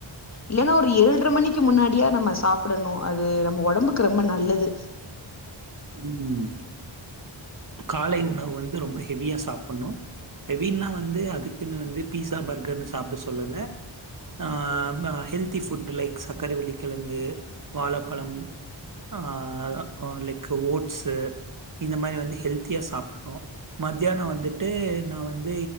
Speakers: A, on the left; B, on the right.
A: இல்லனா ஒரு ஏழ்ர மணிக்கு முன்னாடியா நம்ம சாப்டணு அது நம்ம ஒடம்புக்கு ரொம்ப நல்லது
B: ம் காலை உணவு வந்து ரொம்ப ஹெவியா சாப்பட்ணு ஹெவின்னா வந்து அதுக்குன்னு வந்து பீஸா பர்கர்ன்னு சாப்ட சொல்லல அ ம ஹெல்த்தி ஃபுட் லைக் சர்க்கரைவள்ளிக்கிழங்கு வாழப்பழம் ஆ லைக் ஓட்ஸு இந்த மாரி வந்து ஹெல்த்தியா சாப்டுக்னு மத்யானோ வந்துட்டு நா வந்து